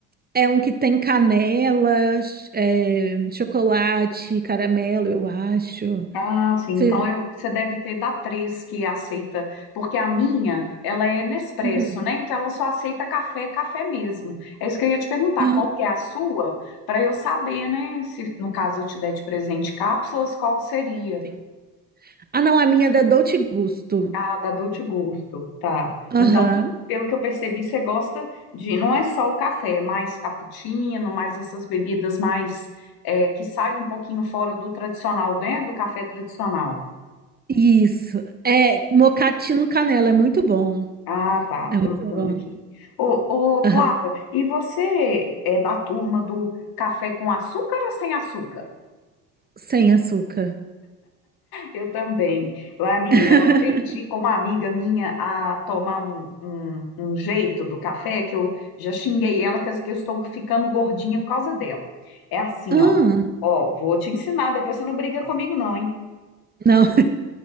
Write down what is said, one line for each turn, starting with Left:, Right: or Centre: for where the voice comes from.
Right: é um que tem canela, ch- é, chocolate, caramelo, eu acho.
Left: Ah, sim.
Right: Você-
Left: Então eu, você deve ter da três que aceita, porque a minha, ela é Nespresso,
Right: Uhum.
Left: né? Então ela só aceita café, café mesmo. É isso que eu ia te perguntar,
Right: Ah,
Left: qual que é a sua, para eu saber, né? Se no caso eu te der de presente cápsulas, qual seria?
Right: sim. Ah, não, a minha é da Dolce Gusto.
Left: Ah, da Dolce Gusto, tá.
Right: Aham.
Left: Então, pelo que eu percebi, você gosta de, não é só o café, é mais cappuccino, mais essas bebidas mais, é, que saem um pouquinho fora do tradicional, né? Do café tradicional.
Right: Isso. É mocatino canela, é muito bom.
Left: Ah, tá,
Right: É muito
Left: tô anotando
Right: bom.
Left: aqui. Ô, ô, Clara,
Right: Aham.
Left: e você é da turma do café com açúcar ou sem açúcar?
Right: Sem açúcar.
Left: Eu também. Eu, a menina,
Right: <laughs>
Left: eu aprendi com uma amiga minha a tomar um, um, um jeito do café, que eu já xinguei ela, que eu que eu estou ficando gordinha por causa dela. É assim,
Right: Ah,
Left: ó. Ó, vou te ensinar, depois você não briga comigo, não, hein?
Right: não.